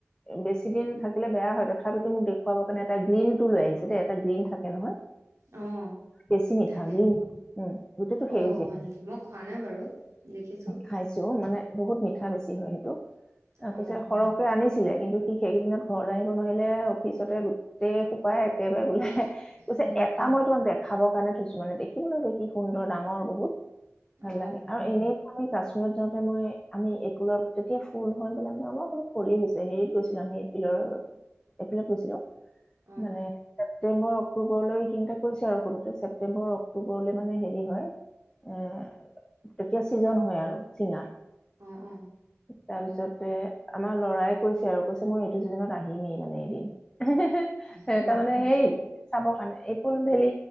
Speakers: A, on the left; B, on the right.
A: বেছি কেইদিন থাকিলে বেয়া হয় তথাপিতো মোক দেখুৱাব কাৰণে এটা গ্ৰীণ টো লৈ আহিছে দেই, এটা গ্ৰীণ থাকে নহয়
B: অ',
A: বেছি মিঠা
B: থাকে
A: বুলি, উম। গোটেইটো সেউজীয়া
B: অ হয় নেকি মই খোৱা নাই বাৰু, দেখিছো।
A: খাইছো মানে বহুত মিঠা বেছি হয় সেইটো। ত
B: অ',
A: কিছে সৰহকে আনিছে ছিলে কিন্তু সি সেইকেইদিনত ঘৰলৈ আনিব নোৱাৰিলে অফিচতে গোটেই সোপাই একেবাৰে গোল যে
B: উম,
A: এটা মই তোমাক বে খাবৰ কাৰণে থৈছো মানে দেখিব ন যে কি সুন্দৰ ডাঙৰ বহুত ভাল
B: অ',
A: লাগে আৰু এনেই আমি সিহত যাওঁতে মই, আমি এপ্ৰিলৰ তেতিয়া ফুল হয় বোলে মানে অলপ অলপ কলি হৈছে হেৰিত গৈছিলো আমি এপ্ৰিলৰ, এপ্ৰিলত গৈছিলো।
B: অ', অ',
A: মানে ছেপ্তেম্বৰ অক্টোবৰলৈ সেইনিটা কৈছে আৰু সৰুতে ছেপটেম্বৰ অক্টোবৰলৈ মানে হয়, এ তেতিয়া ছিজন হয় আৰু চিঙাৰ।
B: অ', অ',
A: তাৰপিছতে।
B: হয়,
A: আমাৰ লৰাই কৈছে আৰু কৈছে মই এইটো ছিজনত আহিমেই মানে এদিন। সে হে
B: উম,
A: তাৰমানানে সেই। চাব কাৰণে এইপুল ভেলি